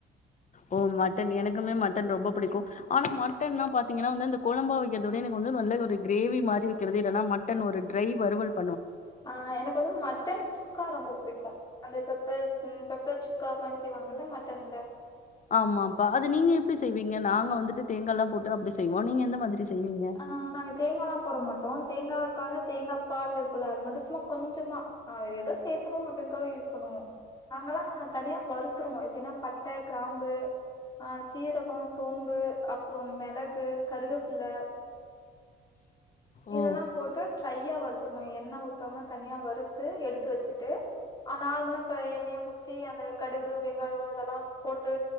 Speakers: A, on the left; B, on the left.
A: ஓ மட்டன் எனக்குமே மட்டன் ரொம்ப புடிக்கு ஆனா மட்டன்ன்னா பாத்தீங்கனா வந்து அந்த கொழம்பா வக்கிறத விட எனக்கு வந்து நல்ல ஒரு கிரேவி மாரி வக்கிறது இல்லனா மட்டன் ஒரு ட்ரை வருவல்
B: ஆ எனக்கு வந்து மட்டன் சுக்கா ரொம்ப புடிக்கு அந்தப்பெப்பர் ம் பெப்பர் சுக்கா மாரி செய்வாங்கல்ல மட்டன்ல
A: ஆமாப்பா அது நீங்க எப்டி செய்வீங்க நாங்க வந்துட்டு தேங்காலா போட்டு அப்டி செய்வோ நீங்க எந்த மாதிரி செய்வீங்க
B: ஆ நாங்க தேங்காலா போட மாட்டோ தேங்காக்காக தேங்காபால் இருக்கும்ல்ல அது மட்டு சும்மா கொஞ்சமா ஆ ஏதோ சேர்த்தணு அப்டினுகாக யூஸ் பண்ணுவோ நாங்கெலா தனியா வருத்ருவோ எப்டினா பட்ட கிராம்பு அ சீரகோ சோம்பு அப்றம் மெளகு கருகப்பில்ல இதெல்லா
A: ஓ
B: போட்டா ட்ரையா வரு ஊத்ருவோ எண்ண ஊத்தாம தனியா வறுத்து எடுத்து வச்சுட்டு ஆ நார்மலா இப்ப எண்ணெய ஊத்தி அந்த கடுகு வெங்காயோ இதெலா போட்டு